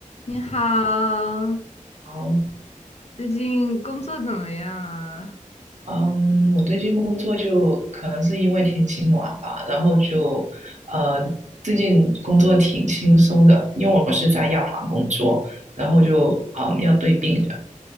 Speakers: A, on the left; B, on the right.
A: 你好，
B: 好，
A: 最近工作怎么样啊？
B: 嗯，我最近工作就可能是因为天气暖吧，然后就呃，最近工作挺轻松的，因为我是在药房工作，然后就嗯要对病人，
A: 哦，